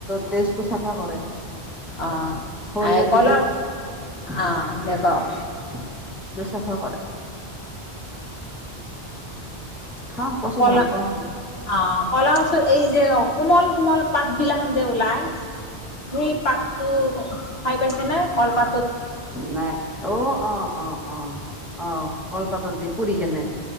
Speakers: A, in the centre; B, on the left.
A: তেজটো চাফা কৰে
B: অ
A: শৰীৰ
B: এই কলা
A: যিটো <unintelligible>
B: অ দে কওক
A: চাফা কৰে। খাওঁ কচু
B: অ' কলা
A: ভাল পাওঁ
B: অ' কলাকচু এই যে কোমল কোমল পাত বিলাখান যে ওলাই সেই পাতটো খাই পাইছে ন কল পাতত
A: নাই অও অ', অ', অ'। অ' কলপাতত দি পুৰি কেনে।